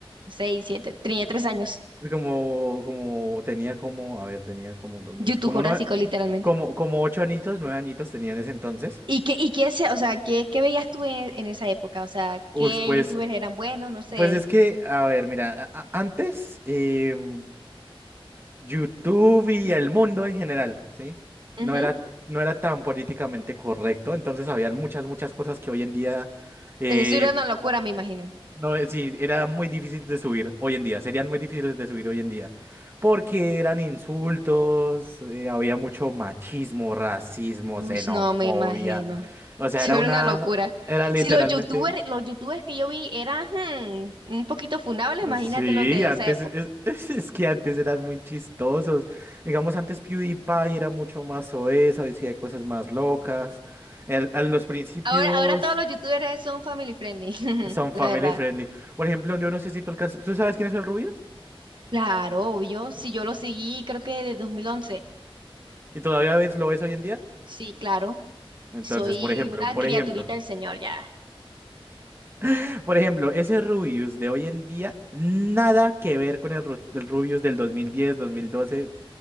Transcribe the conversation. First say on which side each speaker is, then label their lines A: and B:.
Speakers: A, on the right; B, on the right.
A: 6, 7, tenía 3 años.
B: Como, como, tenía como, a ver, tenía como 2008,
A: YouTube
B: como
A: Jurásico,
B: nueve,
A: literalmente.
B: como, como ocho añitos, nueve añitos tenía en ese entonces.
A: ¿Y qué, y qué, se- o sea, qué, qué veías tú en, en esa época? O sea,
B: Uy,
A: ¿qué
B: pues,
A: YouTubers eran buenos? No sé.
B: pues es que, a ver, mira, a- a- antes, em, YouTube y el mundo en general, ¿sí? No
A: Ujú.
B: era, no era tan políticamente correcto, entonces habían muchas, muchas cosas que hoy en día, eh,
A: Eso era una locura, me imagino.
B: no, eh, sí, era muy difícil de subir hoy en día, serían muy difíciles de subir hoy en día, porque eran insultos, eh, había mucho machismo, racismo,
A: Uy,
B: xenofobia,
A: no, me imagino. Ya. <laughs>
B: o sea,
A: Eso
B: era
A: era
B: una,
A: una locura.
B: era literalmente
A: Si los youtubers, los youtubers que yo vi eran hmm, un poquito funables, imagínate
B: Sí,
A: los de
B: antes
A: esa época.
B: es, <laughs> es- es que antes eran muy chistosos. Digamos, antes PewDiePie era mucho más soez, decía cosas más locas. El- a los principios
A: Ahora, ahora todos los youtubers son family friendly, <laughs>
B: son
A: la
B: family
A: verdad.
B: friendly. Por ejemplo, yo no sé si tú alcanzas. ¿Tú sabes quién es el Rubius?
A: Claro, obvio. Si
B: No.
A: yo lo seguí, creo que desde 2011.
B: ¿Y todavía ves- lo ves hoy en día?
A: Sí, claro.
B: Entonces,
A: Soy
B: por ejemplo,
A: una
B: por
A: criaturita
B: ejemplo,
A: del señor ya.
B: <laughs> por ejemplo, ese Rubius de hoy en día, nada que ver con el, Ru- del Rubius del dos dos mil diez dos mil doce